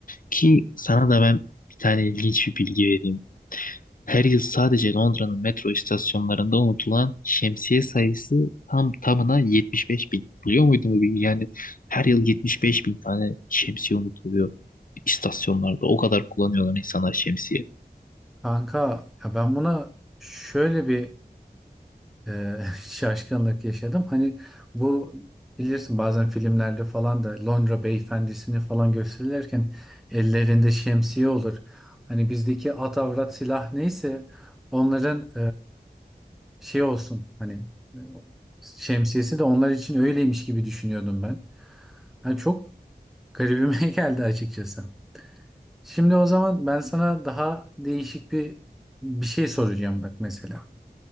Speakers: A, on the left; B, in the centre.
A: Ki sana da ben bir tane ilginç bir bilgi vereyim. Her yıl sadece Londra'nın metro istasyonlarında unutulan şemsiye sayısı tam tamına 75 bin. Biliyor muydun bu bilgiyi? Yani her
B: Hmm.
A: yıl 75 bin tane şemsiye unutuluyor istasyonlarda. O kadar kullanıyorlar insanlar şemsiye.
B: Kanka ya ben buna şöyle bir e, <laughs> şaşkınlık yaşadım. Hani bu bilirsin bazen filmlerde falan da Londra beyefendisini falan gösterirken ellerinde şemsiye olur. Hani bizdeki at avrat silah neyse onların şey olsun hani e, şemsiyesi de onlar için öyleymiş gibi düşünüyordum ben. Hani çok garibime <laughs> geldi açıkçası. Şimdi o zaman ben sana daha değişik bir bir şey soracağım bak mesela.